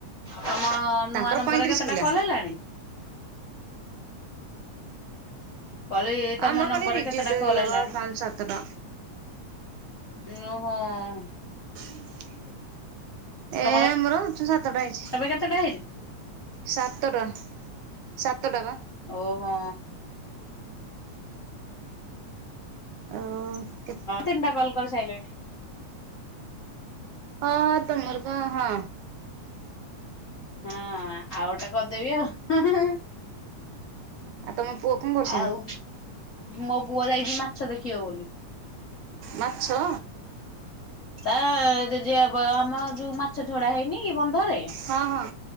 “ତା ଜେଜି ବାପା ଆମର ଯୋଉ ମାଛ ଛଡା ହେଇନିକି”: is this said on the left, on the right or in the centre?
Left